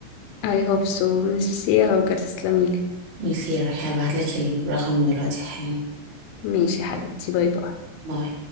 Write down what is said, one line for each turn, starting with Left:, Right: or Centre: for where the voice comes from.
Left: I hope so ميرسي يا هاجر تسلميلي
Right: ميسي هبعت لك الرقم دلوقتي حالا
Left: ماشي يا حبيبتي باي باي
Right: باي